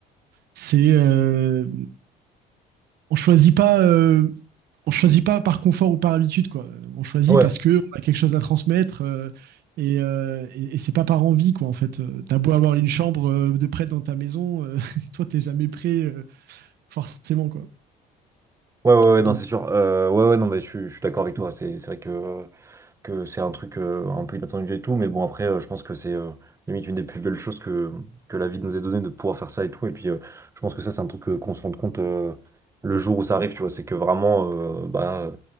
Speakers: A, on the right; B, on the right.
A: c'est. euh, on choisit pas, euh, on choisit pas par confort ou par habitude, quoi. On choisit
B: Ouais,
A: parce que on a quelque chose à transmettre euh, et, euh, et, et c'est pas par envie, quoi. En fait, Euh, t'as beau avoir une chambre euh, de près dans ta maison, euh, <laughs> toi t'es jamais prêt, euh, forcément, quoi.
B: ouais, ouais, ouais,
A: Donc,
B: non, c'est sûr. Euh, ouais, ouais, non, mais je, suis je suis d'accord avec toi. C'est c'est vrai que euh, que c'est un truc euh, un peu inattendu et tout, mais bon après euh, je pense que c'est euh, limite une des plus belles choses que, que la vie nous ait donné de pouvoir faire ça et tout, et puis euh, je pense que ça c'est un truc euh, qu'on se rende compte euh, le jour où ça arrive, tu vois, c'est que vraiment, euh, bah, euh,